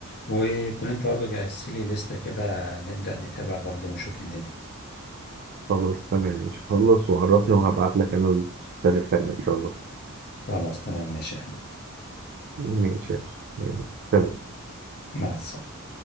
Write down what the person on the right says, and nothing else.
خلاص تمام مش خلص وعرفني وهبعت لك أنا المسلسلات التانية إن شاء الله
ماشي يلا سلام